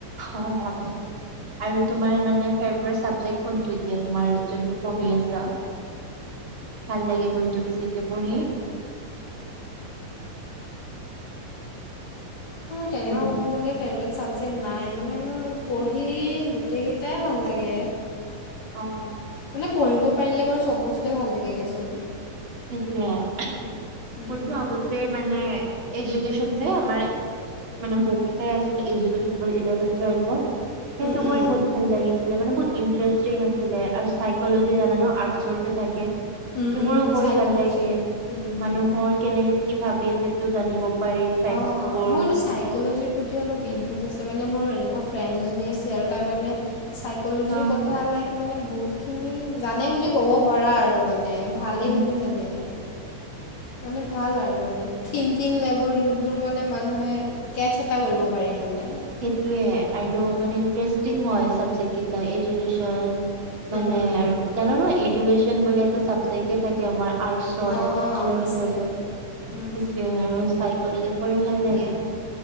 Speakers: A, on the right (about 40°); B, on the left (about 60°).
A: অঁ আৰু তোমাৰ মানে ফেবেৰেত চাবজেক্ট কোনতো এতিয়া তোমাৰ যোনটো পঢ়ি আছা ভাল লাগে কোনটো বেছিকে পঢ়ি
B: তেঙেৰাও
A: হেল্ল'
B: বুঅদিছ ফেভৰেট ছাবজেক্ট নাই মানে মোৰ পঢ়ি, গোটেইকেইটাই ভাল লাগে।
A: অ',
B: মানে পঢ়িব পাৰিলে বাৰু চব বস্তুৱয়ে ভাল লাগে দিয়াচোন।
A: সেইটোৱে,
B: উম,
A: মোৰতো আগতে মানে, এজুকেশচন যে আমাৰ মানে বুক এটা ৰাখিলে এডুকেচন এলেভেন টুৱেইনৰ সেই
B: উম,
A: টো
B: উম,
A: কৰি ভাল লাগিছিলে মানে বহুত ইণ্টাৰেষ্টিং আছিলে আৰু চাইকলজিৰ জানা নে আৰ্টচৰ যে থাকে
B: উম,
A: সেইবোৰো
B: উম,
A: পঢ়ি
B: চাইক'ল'জি
A: ভাল লাগে
B: উম।
A: মানুহৰ কেনেকে কি ভাবি সেটো জানিব পাৰি ফেক্টচবোৰ।
B: অঃ মোৰ এনেও চাইকলজিৰ প্ৰতি অলপ ইণ্টাৰেষ্ট আছে মানে মোৰ এনেকুৱা ফ্ৰেণ্ড এজনী আ <unintelligible> তাৰমানে চাইক'ল'জিৰ
A: অ',
B: কথা লাইক মানে বহুতখিনি, জানে বুলি ক'ব পাৰা আৰু মানে ভালেইখিনি
A: উম, উম,
B: জানে। মানে ভাল আৰু মানে। থিংকিং লেবলবোৰ মানে মানুহে, কেচ এটা কৰিব পাৰি মানে।
A: সেইটোৱে, আৰু মানে <unintelligible> হয় চাবজেক্ট কেইটা এডাকেশ্যন। মানে
B: উম,
A: আৰু, জানো ন' এডুকেচন বুলি এটা চাবজেক্টয়ে থাকে আমাৰ। আৰ্টচত,
B: অ', অ',
A: ইলেভেন
B: আছে
A: টুৱেলভত, সেইটোৱে
B: উম,
A: <unintelligible> চাইক'লজি পঢ়ি ভাল লাগে।